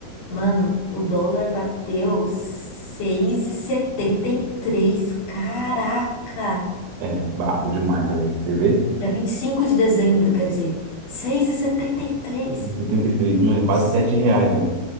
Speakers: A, on the left (about 75°); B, on the right (about 75°).
A: Mano, o dólar bateu seis e setenta e três Caraca!
B: É, brabo demais, né, velho? Você vê?
A: é 25 de dezembro, quer dizer, 6,73.
B: setenta e três, mano, é quase
A: Nossa,
B: 7 reais,